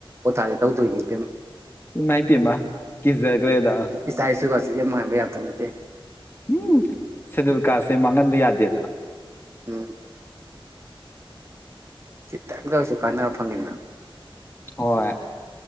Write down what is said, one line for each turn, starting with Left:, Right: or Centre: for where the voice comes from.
Right: ꯀꯣꯇꯥꯗꯤ ꯇꯧꯗꯣꯏꯅꯤ ꯑꯗꯨꯝ
Left: ꯃꯥꯏ ꯄꯤꯃ ꯀꯤꯁꯖꯒ꯭ꯔꯦꯗ
Right: ꯏꯇꯥꯏ ꯏꯁꯨꯒꯁꯤ ꯌꯥꯝ ꯃꯥꯟꯕ ꯌꯥꯇ ꯅꯠꯇꯦ
Left: ꯎꯝ ꯁꯦꯗꯨꯜ ꯀꯔꯁꯦ ꯃꯥꯡꯍꯟꯕ ꯌꯥꯗꯦꯗ
Right: ꯎꯝ ꯈꯤꯇꯪꯗ ꯑꯣꯏꯔꯁꯨ ꯀꯥꯟꯅꯕ ꯐꯪꯅꯤꯡꯗꯅ
Left: ꯍꯣꯏ